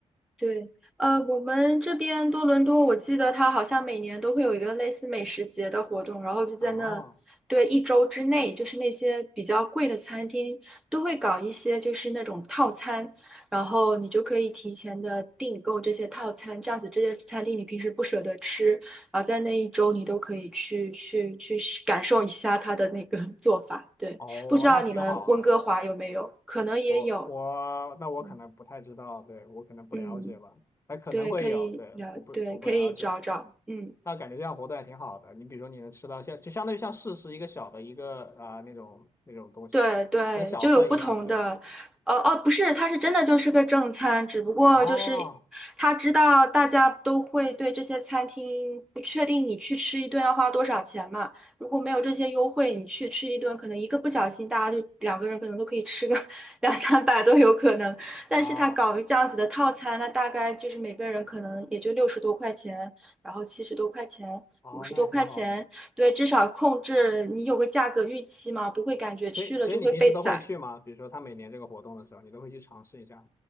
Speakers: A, in the centre; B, on the left.
A: 对，呃，我们这边多伦多，我记得它好像每年都会有一个类似美食节的活动，然后就在那，
B: 啊，
A: 对，一周之内，就是那些比较贵的餐厅都会搞一些就是那种套餐，然后你就可以提前的订购这些套餐，这样子这些餐厅你平时不舍得吃，然后在那一周你都可以去去去试感受一下它的那个 <laughs> 做法。对，
B: 哦，
A: 不知道你们温哥华有没有？
B: 那挺好的，
A: 可能也有。
B: 我我那我可能不太知道，
A: 嗯
B: 对，我可能不了解吧，
A: 嗯。
B: 还可能会有，
A: 对，可以了，
B: 对，我不我不了解。
A: 对，可以找找，嗯，
B: 那感觉这样活动还挺好的。你比如说，你能吃到像就相当于像市是一个小的一个啊、呃那种那种东西，
A: 对对，
B: 很小份一样的，
A: 就有不同的，
B: 对吧？
A: 呃哦，不是，它是真的就是个正餐，只不过就是
B: 哦
A: 他知道大家都会对这些餐厅不确定，你去吃一顿要花多少钱嘛？如果没有这些优惠，你去吃一顿，可能一个不小心，大家就两个人可能都可以吃个 <laughs> 两三百都有可能。但是他搞这样子的套餐，
B: 啊
A: 那大概就是每个人可能也就六十多块钱，然后七十多块钱。
B: 哦，
A: 五十多块钱，
B: 那也挺好的。
A: 对，至少控制你有个价格预期嘛，不会感觉去了就会被宰。
B: 所以所以你平时都会去吗？比如说他每年这个活动的时候，你都会去尝试一下